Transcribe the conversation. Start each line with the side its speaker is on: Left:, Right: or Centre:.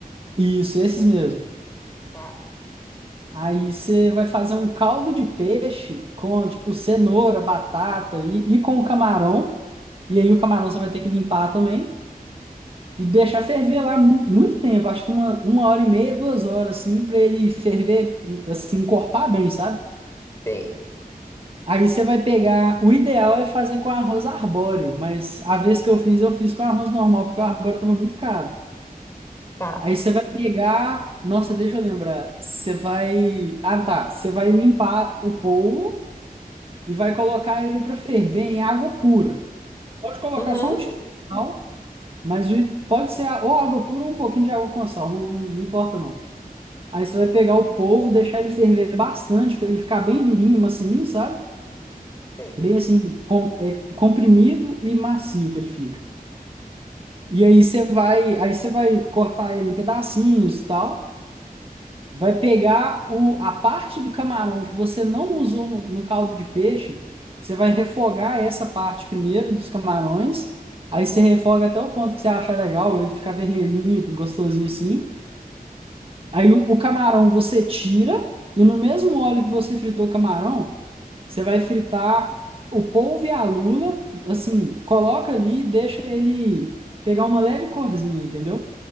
Right: Isso, esses mesmo.
Left: Tá,
Right: Aí você vai fazer um caldo de peixe com, tipo, cenoura, batata e, e com camarão. E aí o camarão você vai ter que limpar também e deixar ferver lá mu- muito tempo, acho que uma, uma hora e meia, duas horas, assim, pra ele ferver, assim, encorpar bem, sabe?
Left: sei,
Right: Aí você vai pegar. O ideal é fazer com arroz arbóreo, mas a vez que eu fiz, eu fiz com arroz normal, porque o arbóreo tava muito caro.
Left: tá.
Right: Aí você vai pegar. Nossa, deixa eu lembrar. Você vai. Ah, tá. Você vai limpar o polvo e vai colocar ele para ferver em água pura. Pode colocar
Left: Uhum,
Right: só um tiquinho de sal, mas o i- pode ser a- ou água pura ou um pouquinho de água com sal, não, não, não importa não. Aí você vai pegar o polvo, deixar ele ferver bastante, para ele ficar bem durinho, macinho, sabe?
Left: sei.
Right: Bem assim, com- é, comprimido e macio que ele fica. E aí você vai, aí você vai cortar ele em pedacinhos e tal. Vai pegar o, a parte do camarão que você não usou no, no caldo de peixe, você vai refogar essa parte primeiro dos camarões. Aí você refoga até o ponto que você achar legal, ele ficar vermelhinho, gostosinho assim. Aí o, o camarão você tira e no mesmo óleo que você fritou o camarão, Você vai fritar o polvo e a lula, assim, coloca ali e deixa ele pegar uma leve corzinha, entendeu?